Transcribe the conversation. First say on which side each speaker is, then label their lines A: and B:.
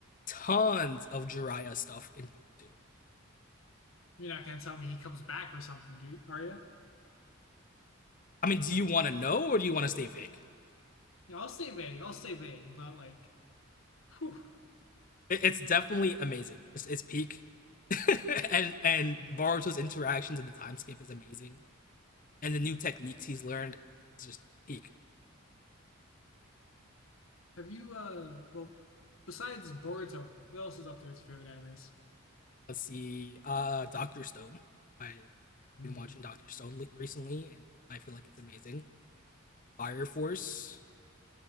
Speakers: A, on the left; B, on the left.
A: tons of Jiraiya stuff in part two.
B: You're not gonna tell me he comes back or something, do you, are you?
A: I mean, do you want to know or do you want to stay vague?
B: Yeah, I'll stay vague. I'll stay vague, but like, whew.
A: <laughs> it's definitely amazing. It's, it's peak, <laughs> and and Boruto's interactions in the time skip is amazing, and the new techniques he's learned is just peak.
B: Have you uh well besides Boruto, what else is up there with your favorite animes?
A: Let's see. Uh, Doctor Stone. I've
B: Ooh.
A: been watching Doctor Stone recently, and I feel like it's amazing. Fire Force.